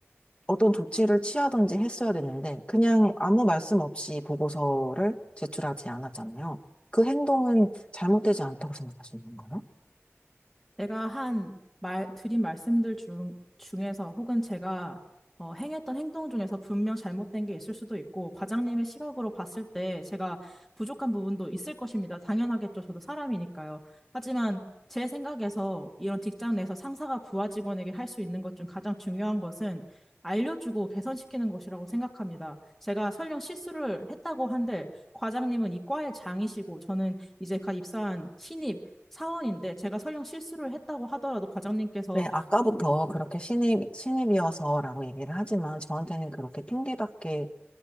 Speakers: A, on the left; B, in the centre.
A: 어떤 조치를 취하든지 했어야 됐는데 그냥 아무 말씀 없이 보고서를 제출하지 않았잖아요. 그 행동은 잘못되지 않다고 생각하시는 건가요?
B: 내가 한 말, 드린 말씀들 중, 중에서 혹은 제가 어, 행했던 행동 중에서 분명 잘못된 게 있을 수도 있고, 과장님의 시각으로 봤을 때 제가 부족한 부분도 있을 것입니다. 당연하겠죠. 저도 사람이니까요. 하지만 제 생각에서 이런 직장 내에서 상사가 부하 직원에게 할 수 있는 것 중 가장 중요한 것은 알려주고 개선시키는 것이라고 생각합니다. 제가 설령 실수를 했다고 한들 과장님은 이 과의 장이시고 저는 이제 갓 입사한 신입 사원인데 제가 설령 실수를 했다고 하더라도 과장님께서
A: 네, 아까부터 그렇게 신입, 신입이어서라고 얘기를 하지만 저한테는 그렇게 핑계밖에